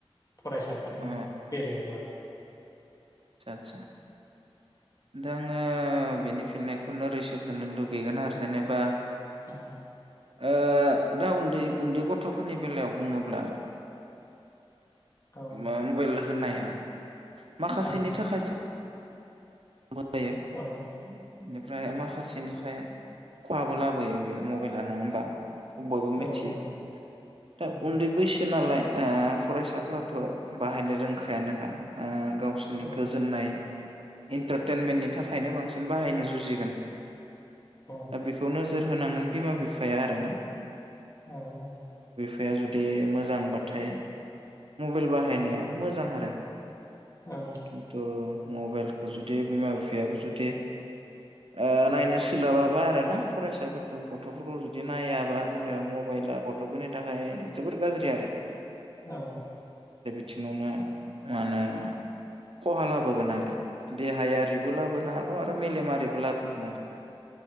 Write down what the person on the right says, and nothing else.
अ
आदसा आदसा दा आङो बेनि फिननायखौ नोरैसो होनो लुगैगोन आरो जेनेबा
ओ दा उन्दै उन्दै गथफोरनि बेलायाव बुङोब्ला आरो
मा मबाइल होननाया माखासेनि
थाखायथ' मोजांबो जायो
<unintelligible> ओमफ्राय माखासेनिफ्राय खहाबो लाबोयो बे मबाइला नङा होमबा बयबो मिथियो
दा
उन्दै बैसो नालाय ओ फरायसा फोराथ'
बाहायनो रोंखा यानोखा ओ गावसिनि
गोजोननाय इन्टारटेनमेन्टनि थाखायनो बांसिन बाहायनो जुजिगोन
दा बेखौ नो जोर होनांगोन बिमा बिफाया आरोना
बे जुदि मोजांबाथाय मबाइल बाहायनायाबो मोजां आरो
खिन्थु मबाइल जुदि बिमा बिफायाबो जुदि ओ नायनो सोलाबाबा आरोना फरायसाफोरखौ गथ'फोरखौ जुदि नाया बा जेनेबा मबाइला गथ'फोरनि थाखाय जोबोर गाज्रि आरो
थिंयाव ना मा होनो खहा लाबोगोन आरो देहायारिबो लाबोनो हागौ आरो मेलेमारिबो लाबो गोन आरो